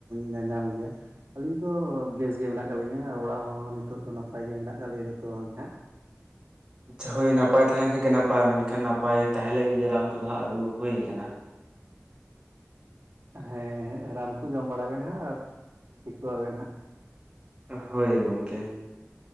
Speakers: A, on the right; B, on the right.
A: ᱧᱟᱼᱧᱟᱢ ᱜᱮᱭᱟ᱾ ᱟᱹᱞᱤᱧ ᱫᱚ ᱵᱮᱥ ᱜᱮ ᱢᱮᱱᱟᱜ ᱠᱟᱜ ᱞᱤᱧᱟᱹ ᱾ ᱚᱲᱟᱜ ᱦᱚᱲ ᱦᱚᱸ ᱱᱤᱛᱚᱜ ᱫᱚ ᱱᱟᱯᱟᱭ ᱜᱮ ᱢᱮᱱᱟᱜ ᱟᱠᱟᱜ ᱞᱮᱭᱟ ᱡᱚᱛᱚ ᱦᱚᱲ ᱜᱮ ᱦᱟᱸᱜ᱾
B: ᱟᱪᱪᱷᱟ, ᱦᱳᱭ ᱱᱟᱯᱟᱭ ᱛᱟᱦᱮᱸ ᱞᱮᱱ ᱠᱷᱟᱡ ᱜᱮ ᱱᱟᱯᱟᱭ ᱢᱮᱱᱠᱷᱟᱱ ᱱᱟᱯᱟᱭ ᱛᱟᱦᱮᱸ ᱞᱟᱹᱜᱤᱫ ᱜᱮ ᱨᱟᱱ ᱠᱚᱫᱚ ᱦᱟᱸᱜ ᱟᱹᱜᱩ ᱦᱩᱭ ᱠᱟᱱᱟ᱾
A: ᱦᱮᱸ ᱦᱮᱸ ᱨᱟᱱ ᱠᱚ ᱡᱚᱢ ᱵᱟᱲᱟᱭ ᱵᱮᱱ ᱦᱟᱜ ᱴᱷᱤᱠᱚᱜ ᱟᱵᱮᱱ ᱦᱟᱸᱜ᱾
B: ᱦᱳᱭ ᱜᱚᱢᱠᱮ᱾